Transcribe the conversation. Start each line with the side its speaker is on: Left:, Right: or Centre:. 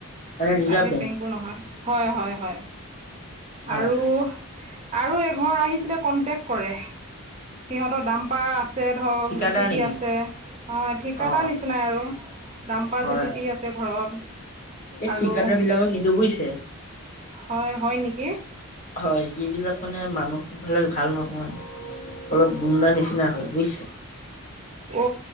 Left: মানে ৰিজাৰ্ভ
Right: প্ৰাইভেট বেংক বোৰ নহয়, হয় হয়,
Left: হয়
Right: আৰু- আৰু এঘৰ আহিছিলে কন্টেক্ট কৰে। সিহঁতৰ দাম্পাৰ আছে ধৰক
Left: ঠিকাদাৰ
Right: জে চি পি
Left: নেকি
Right: আছে। অ ঠিকাদাৰ
Left: অ
Right: নিচিনাই আৰু দাম্পাৰ
Left: হয়
Right: জে চি
Left: হয়
Right: পি আছে ঘৰত।
Left: এই
Right: আৰু
Left: ঠিকাদাৰ বিলাকক নিদো বুজিছে।
Right: হয়, হয় নেকি?
Left: হয় সেইবিলাক মানে মানুহ বিলাক ভাল নহয় অলপ গুণ্ডা নিচিনা হয় বুজিছে?
Right: অ